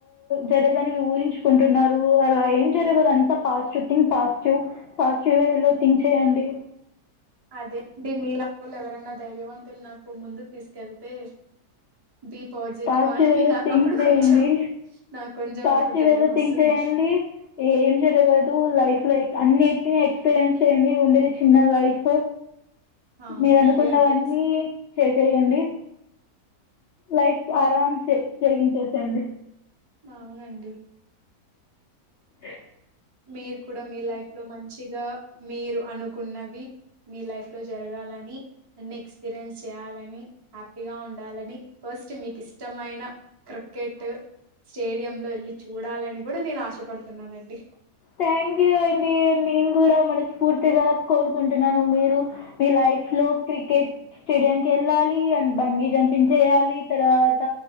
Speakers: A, on the left; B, on the right.
A: జరగాని ఊహించుకుంటున్నారు అలా ఏం జరగదు అంతా positive think positive positive వేలో థింక్ చెయ్యండి
B: అదేనండి మీ లాంటోళ్లు ఎవరనా ధైర్యవంతులు ముందుకు తీసుకెళ్తే బి
A: పాజిటివ్
B: అని
A: వేలో
B: నాకు
A: థింక్
B: అప్పుడు
A: చేయండి
B: కొంచెం నాకు కొంచెం
A: పాజిటివ్
B: అప్పుడు ధైర్యం
A: వేలో థింక్
B: వస్తుంది
A: చేయండి ఏం జరగదు లైఫ్ లో అన్ని టిని ఎక్స్పీరియన్స్ చేయడి ఉండేది చిన్న లైఫు
B: అవునండి
A: మీరు అనుకున్నవన్నీ
B: అదే
A: చెస్ చేయండి లైఫ్ ఆరాం సే జరిగించేసేయండి
B: ఆ అవునండి
A: ఏ
B: మీరు కూడా మీ లైఫ్ లో మంచిగా మీరు అనుకున్న అనుకున్నవి మీ లైఫ్ లో జరగాలని అన్ని ఎక్స్పీరియన్స్ చేయాలని హ్యాపీగా ఉండాలని ఫస్ట్ మీకు ఇష్టమైన క్రికెట్ స్టేడియం లో వెళ్ళి చూడాలని ఇప్పుడుకూడా నేను ఆశపడుతున్నానండి
A: థ్యాంక్ యూ అండి నను కూడా పూర్తిగా కోరుకుంటున్నాను మీరు మీ లైఫ్ లో క్రికెట్ స్టేడియం కి వెళ్ళాలి అండ్ బంగీ జంపించేయాలి తర్వాత